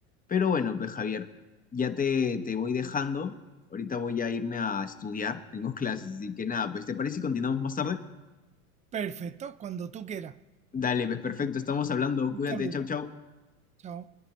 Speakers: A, on the left; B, on the right.
A: Pero bueno, pues Javier, ya te, te voy dejando. Ahorita voy a irme a estudiar, tengo <laughs> clases, así que nada, pues ¿te parece si continuamos más tarde?
B: Perfecto, cuando tú quieras.
A: Dale, pues perfecto, estamos hablando.
B: Un
A: Cuídate,
B: saludo.
A: chau, chau.
B: Chao.